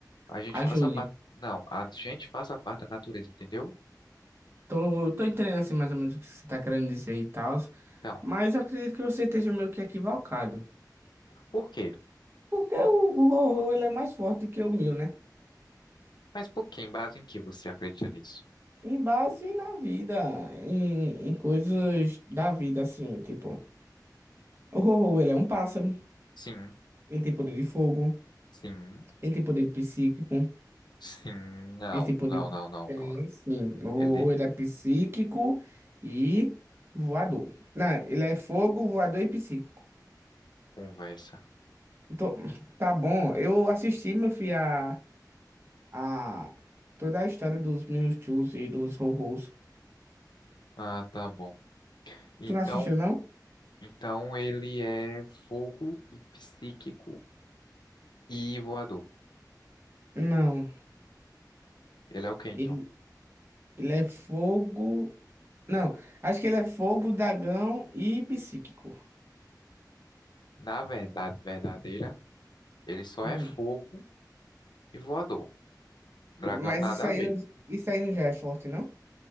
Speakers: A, on the left; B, on the right.
A: a gente
B: ajude.
A: faça parte. Não, a gente faça parte da natureza, entendeu?
B: Tô, tô entendendo, assim, mais ou menos o que você tá querendo dizer e tal.
A: Então,
B: Mas eu acredito que você esteja meio que equivocado.
A: por quê?
B: Porque o, o horror, ele é mais forte que o meu, né?
A: Mas por quê? Em base em que você acredita nisso?
B: Em base na vida, em, em coisas da vida, assim, tipo... O horror, ele é um pássaro.
A: Sim,
B: Ele tem poder de fogo.
A: sim,
B: Ele tem poder psíquico.
A: sim, não,
B: Ele tem poder.
A: não, não, não,
B: Tem,
A: não.
B: sim. Ou
A: Ele
B: ele é psíquico e voador. Não, ele é fogo, voador e psíquico.
A: conversa.
B: Tô- <sniffs> Tá bom. Eu assisti, meu filho, a, a toda a história dos Mewtwo's e dos Ho-Ho's.
A: Ah, tá bom. Então,
B: Tu não assistiu, não?
A: então ele é fogo e psíquico e voador.
B: Não.
A: Ele é o Kenton
B: Ele, ele é fogo. Não, acho que ele é fogo, dragão e psíquico.
A: Na verdade verdadeira, ele só
B: Hum.
A: é fogo e voador. Dragão
B: Mas
A: nada
B: isso aí,
A: a ver.
B: não- isso aí não já é forte, não?